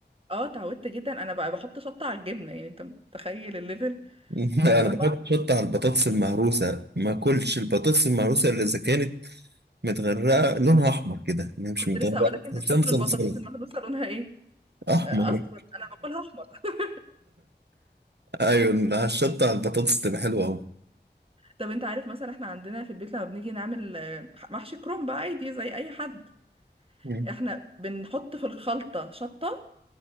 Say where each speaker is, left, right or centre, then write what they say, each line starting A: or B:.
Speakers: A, on the right; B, on the right.
A: اه اتعودت جدا انا بقى بحط شطه على الجبنه يعني انت متخيل الليفل
B: <laughs>
A: ما
B: انا بحط شطة على البطاطس المهروسة ما اكلش البطاطس المهروسة الا اذا كانت متغرقة لونها احمر كده ما هي مش
A: كنت
B: متغرقة
A: لسه هقول لك انت
B: تحسها
A: بتاكل
B: مصلصلة
A: البطاطس المهروسه لونها ايه
B: احمر
A: آه، اصفر انا باكلها احمر <laughs>
B: ايوه على الشطة على البطاطس تبقى حلوة اهو
A: طب انت عارف مثلا احنا عندنا في البيت لما بنيجي نعمل آه، محشي كرنب عادي زي اي حد
B: مم.
A: احنا بنحط في الخلطه شطه